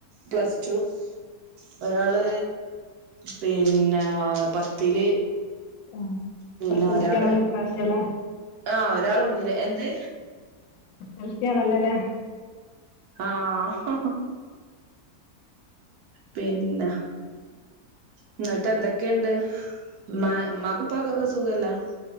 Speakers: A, on the right; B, on the left.
A: പ്ലസ് ടു ഒരാള് പിന്നെ പത്തില്
B: ആ
A: പിന്നെ
B: എസ് എൽ
A: ഒരാള്
B: സിയാണല്ല ഇപ്രാവശ്യം ല്ലേ
A: ആഹ് ഒരാള ഒന്നില് എന്ത്
B: ആസയാണല്ലല്ലേ
A: ആഹ് പിന്ന എന്നട്ട് എന്തൊക്കെയുണ്ട് മ മാകും പാകും ഒക്കെ സുഖല്ലേ